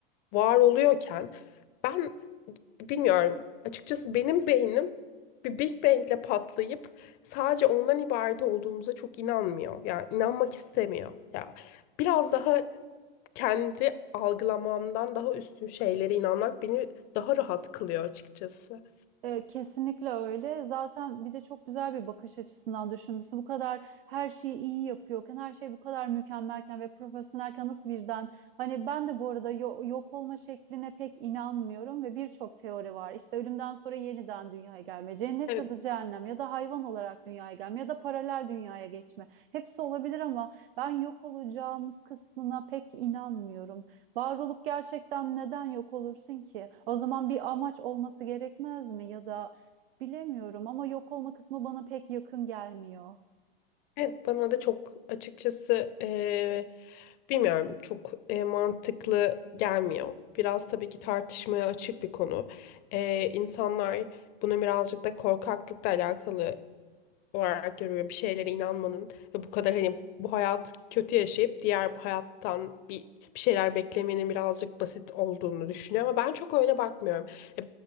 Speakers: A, on the left (about 30°); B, on the right (about 70°).
A: var oluyorken ben bilmiyorum. Açıkçası benim beynim bir Big Bang'le patlayıp sadece ondan ibaret olduğumuza çok inanmıyor. Yani inanmak istemiyor. Ya biraz daha kendi algılamamdan daha üstün şeylere inanmak beni daha rahat kılıyor açıkçası.
B: E, kesinlikle öyle. Zaten bir de çok güzel bir bakış açısından düşünmüşsün. Bu kadar her şeyi iyi yapıyorken, her şey bu kadar mükemmelken ve profesyonelken nasıl birden hani ben de bu arada yo- yok olma şekline pek inanmıyorum ve birçok teori var. İşte ölümden sonra yeniden dünyaya gelme, cennet
A: Evet,
B: ya da cehennem ya da hayvan olarak dünyaya gelme ya da paralel dünyaya geçme. Hepsi olabilir ama ben yok olacağımız kısmına pek inanmıyorum. Var olup gerçekten neden yok olursun ki? O zaman bir amaç olması gerekmez mi? Ya da bilemiyorum ama yok olma kısmı bana pek yakın gelmiyor.
A: Evet bana da çok açıkçası eee, bilmiyorum çok eee, mantıklı gelmiyor. Biraz tabii ki tartışmaya açık bir konu. Eee insanlar bunu birazcık da korkaklıkla alakalı olarak görüyor. Bir şeylere inanmanın ve bu kadar hani bu hayat kötü yaşayıp diğer hayattan bir, bir şeyler beklemenin birazcık basit olduğunu düşünüyor ama ben çok öyle bakmıyorum. E,